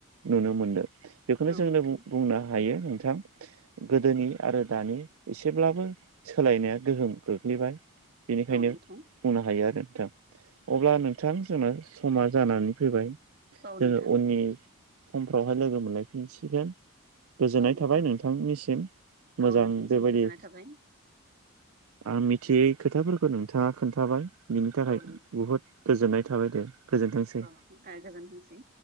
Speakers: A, on the right (about 75°); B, on the right (about 45°).
A: नुनो मोनदों बेखौनो
B: औ नोंथां औ
A: जोंनो
B: नोंथां
A: बुंनो हायो नोंथां गोदोनि आरो दानि एसेब्लाबो सोलायनाया गोहोम गोग्लैबाय बेनिखायनो
B: औ नोंथां
A: बुंनो हायो आरो नोंथां अब्ला नोंथां जोंना समा जानानै फैबाय
B: औ
A: जोंङो
B: नोंथां
A: उननि समफ्रावहाय लोगो मोनलायफिनसिगोन। गोजोननाय
B: औ नोंथां
A: थाबाय नोंथांनिसिम
B: औ
A: मोजां
B: नोंथांनिसिमबो
A: बेबायदि
B: गोजोननाय थाबाय
A: आं मिथियै खोथाफोरखौ नोंथाङा खोन्थाबाय बिनि थाखाय
B: औ नोंथां
A: बहुद गोजोननाय थाबाय दे गोजोनथोंसै
B: औ गोजोनथोंसै